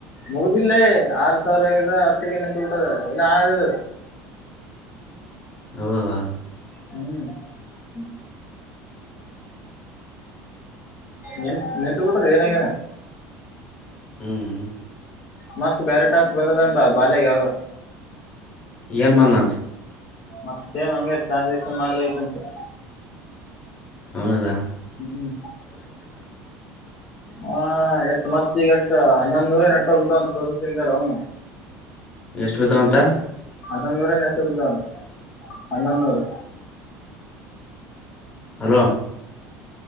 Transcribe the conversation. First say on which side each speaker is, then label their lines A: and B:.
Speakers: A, on the left; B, on the left.
A: ಮುಗುದಿಲ್ಲೇ ಆರ್ ಸಾವಿರ ಆಗದ ಅಟ್ಟಿಗೆ ನಿಂತುಬಿಟ್ಟದ ಇನ್ನು ಆದು
B: ಹೌಲಾ
A: ಹ್ಮ್
B: ಹ್ಮ
A: ನಿಂತ್ು ನಿಂತು ಬಿಿಟ್ಟದ್ ಏನಾಗ
B: ಹ್ಮ್
A: ಮತ್ತ ಬೇರೆ ಟಾಸ್ಕ್ ಬಂದದ ಅಂತ ಬಾಯ ಯಾವ್ದ ಾಗ
B: ಯನ್ಮಾನತ್
A: ಮತ್ತ ಸೇಮ್ಂಂಗಗೆ ಟ್ರಾನ್ಸಾಕ್ಷನ್ ಮಾಡ್ ಯತಂತೆ
B: ಹಾಞೂ ರಾಮ್
A: ಹ್ಮ್ ಹ ಎಟ್ಟು ಮತ್ತ ಈಗ ಎಟ್ಟ ಹನ್ನೊಂದು ನೂರೇ ನೆಟ್ವರ್ಕ್್ದ ಒಂದು ಪ್ರೊಸೆಸಿಂಗ್್ದಾಗ ಅವನು
B: ಎಷ್ಟು ಬೇಕಾವ ಅಂತ
A: ಹನ್ನೊಂದುೂರ ನೆಸಗ್ದನ್ ಹನ್ನೊಂದು ನೂರು
B: ಹಲೋ